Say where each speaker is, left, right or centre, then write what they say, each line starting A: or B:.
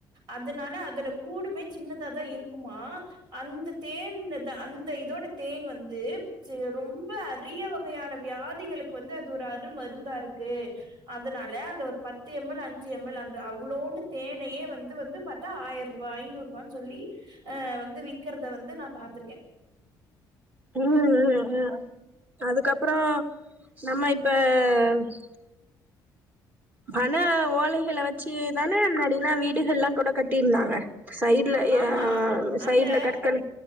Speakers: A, on the right; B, on the right.
A: அதுனால அதோட கூடுமே சின்னதாதா இருக்குமா அந்த தேன் த அந்த இதோட தேன் வந்து ரொம்ப அரிய வகையான வியாதிகளுக் வந்து அது ஒரு அரு மருந்தா இருக்கு அதுனால அந்த ஒரு பத்து எம் எல் அஞ்சு எம்எல் அந்த அவ்ளோண்டு தேனையே வந்து வந்து பத் டா ஆயிரம் ரூபாய் ஐநூறு ரூபனு சொல்லி அ வந்து விக்கிறத வந்து நா பாத்துருக்க
B: ம் ம் ம் அ பண ஓலைகள வச்சிதான முன்னாடிலா வீடுகள் எல்லா கூட கட்டியிருந்தாங்க சைடுல ய
A: ஆமா
B: ஆ சைடு்ல
A: அந்த
B: கற்கள்